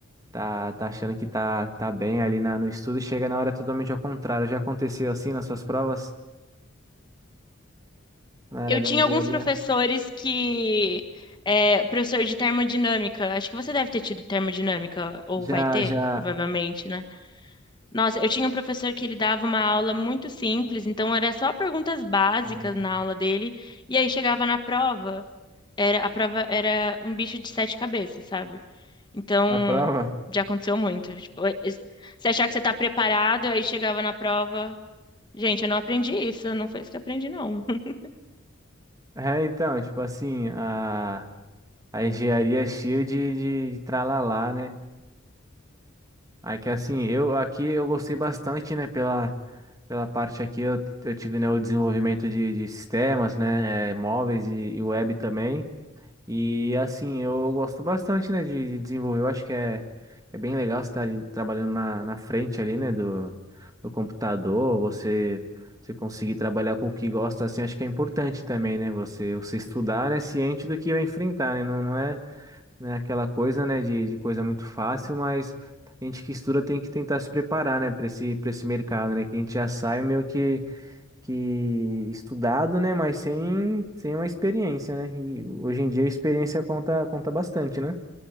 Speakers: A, on the right; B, on the left.
A: tá, tá achando que tá, tá bem ali na, no estudo, e chega na hora é totalmente ao contrário. Já aconteceu assim nas suas provas na área
B: Eu
A: da
B: tinha
A: engenharia?
B: alguns professores que, é, professor de termodinâmica, acho que você deve ter tido termodinâmica, ou
A: Já,
B: vai ter,
A: já.
B: provavelmente, né? Nossa, eu tinha um professor que ele dava uma aula muito simples, então era só perguntas básicas
A: Uhum.
B: na aula dele, e aí chegava na prova, era a prova era um bicho de sete cabeças, sabe? Então,
A: A prova?
B: já aconteceu muito. Tipo, eh, você achar que você tá preparado, aí chegava na prova, gente, eu não aprendi isso, não foi isso que eu aprendi, não. <laughs>
A: É, então, tipo assim, a, a engenharia é cheia de, de, de tralalá, né? Aí que assim, eu aqui eu gostei bastante, né, pela, pela parte aqui, eu, eu tive, né, o desenvolvimento de, de sistemas, né, é, móveis e, e web também. E assim, eu gosto bastante, né, de de desenvolver. Eu acho que é, é bem legal você estar ali trabalhando na, na frente ali, né, do, do computador, você, você conseguir trabalhar com o que gosta, assim, acho que é importante também, né, você, você estudar, né, ciente do que vai enfrentar, né, não, não é, né, aquela coisa, né, de, de coisa muito fácil, mas a gente que estuda tem que tentar se preparar, né, para esse, para esse mercado, né, que a gente já sai meio que que estudado, né? Mas sem, sem uma experiência, né? E hoje em dia a experiência conta, conta bastante, né?